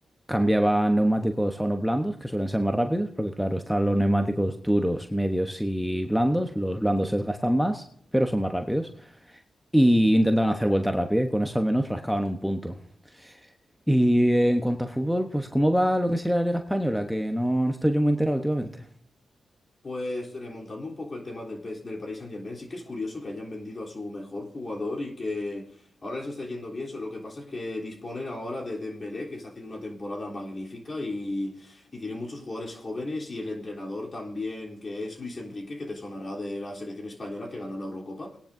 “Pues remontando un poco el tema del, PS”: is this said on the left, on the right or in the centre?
Left